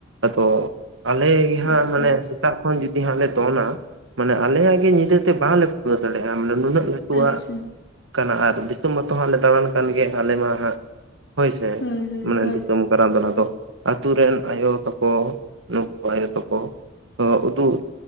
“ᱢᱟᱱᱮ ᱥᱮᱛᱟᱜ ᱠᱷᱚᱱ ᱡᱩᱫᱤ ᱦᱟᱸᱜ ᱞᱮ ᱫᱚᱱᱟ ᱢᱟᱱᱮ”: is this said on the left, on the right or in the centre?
Right